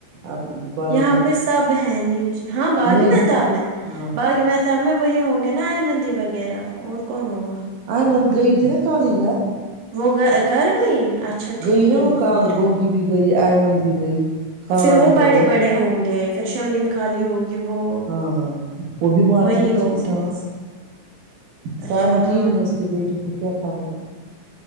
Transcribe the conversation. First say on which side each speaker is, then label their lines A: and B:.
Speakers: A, on the right; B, on the right.
A: آپ باقی
B: یہاں
A: ماتا
B: پہ سب ہے نیچ ہاں باغی
A: نہیں
B: متاب میں
A: ہاں
B: باغی متا سب میں وہی ہوں گے نا اہمندی وغیرہ اور کون ہوگا
A: آئیں میں گئی تھی نا خالی گھر
B: وہ گا گھر گئی اچھا اچھا ٹھیک
A: گئی نا وہ کال
B: پھر
A: گوگی بھی گئی آئمن بھی گئی خالہ
B: پھر وہ
A: بھی گئی
B: بڑے بڑے گںےہوں گے پھر شمیم خالی ہوگی کہ وہ
A: ہاں ہاں وہ بی بھار
B: وہی
A: تھی نا
B: ہوں
A: اس کی سانس
B: گے
A: سائمہ
B: اچھا ہاں
A: ٹھیک ہے اس کی بیٹی کو کیا خابر ہے